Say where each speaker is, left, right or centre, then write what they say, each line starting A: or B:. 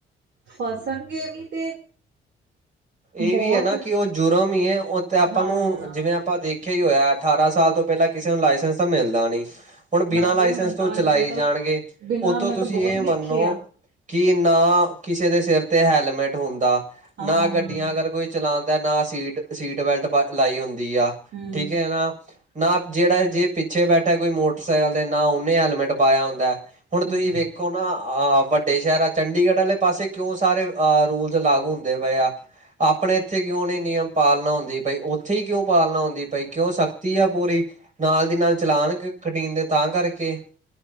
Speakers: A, on the right; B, on the right.
A: ਫਸਣਗੇ ਵੀ ਤੇ,
B: ਇਹ
A: ਬਹੁਤ
B: ਵੀ ਹੈ ਨਾ ਕਿ ਉਹ ਜੁਰਮ ਹੀ ਹੈ। ਉਹ ਤੇ ਆਪਾਂ
A: ਹਾਂ
B: ਨੂੰ ਜਿਵੇਂ ਆਪਾਂ ਦੇਖ, ਖੇ ਹੀ ਹੋਇਆ ਅਠਾਰਾਂ ਸਾਲ ਤੋਂ ਪਹਿਲਾਂ ਕਿਸੇ ਨੂੰ ਲਾਇਸੈਂਸ ਤਾਂ ਮਿਲਦਾ ਨੀ, ਹੁਣ
A: ਨਾ
B: ਬਿਨਾਂ ਲਾਇਸੈਂਸ
A: ਬਈ ਹੁਣ
B: ਤੋਂ
A: ਤਾਂ ਅੱਜ
B: ਚਲਾਈ
A: ਕੱਲ ਤਾਂ
B: ਜਾਣਗੇ,
A: ਬਿਨਾਂ
B: ਉੱਥੋਂ
A: ਮੈਂ
B: ਤੁਸੀਂ
A: ਤਾਂ ਬਹੁਤ
B: ਇਹ ਮੰਨੋ
A: ਦੇਖੇ ਆ
B: ਕਿ ਨਾ ਕਿਸੇ ਦੇ ਸਿਰ ਤੇ ਹੈਲਮੇਟ ਹੁੰਦਾ ਨਾ,
A: ਹਾਂ
B: ਗੱਡੀਆਂ ਕੋਈ ਚਲਾਉਂਦਾ, ਨਾ ਸੀਟ ਸੀਟ ਬੈਲਟ ਲਾਈ ਹੁੰਦੀ ਆ,
A: ਹਮ
B: ਠੀਕ ਹੈ ਨਾ ਨਾ ਜਿਹੜਾ ਜੇ ਪਿੱਛੇ ਬੈਠੇ ਕੋਈ ਮੋਟਰਸਾਈਕਲ ਤੇ ਨਾ ਉਹਨੇ ਹੈੇਲਮੇਟ ਪਾਇਆ ਹੁੰਦਾ ਹੈ। ਹੁਣ
A: ਹਮ
B: ਤੁਸੀਂ ਵੇਖੋ, ਨਾ ਅ ਵੱਡੇ ਸ਼ਹਿਰ ਆ ਚੰਡੀਗੜ੍ਹ ਵਾਲੇ ਪਾਸੇ ਕਿਉਂ ਸਾਰੇ ਅ ਰੂਲ ਲਾਗੂ ਹੁੰਦੇ ਪਏ ਆ, ਆਪਣੇ ਇੱਥੇ ਕਿਉਂ ਨਹੀਂ ਨਿਯਮ ਪਾਲਣਾ ਹੁੰਦੇ ਭਾਈ, ਉੱਥੇ ਹੀ ਕਿਉਂ ਪਾਲਣਾ ਹੁੰਦੀ ਪਾਈ, ਕਿਉਂ ਸਖਤੀ ਆ ਪੂਰੀ, ਨਾਲ ਦੀ ਨਾਲ ਚਲਾਉਣ ਕਟੀਨਦੇ ਤਾਂ ਕਰਕੇ।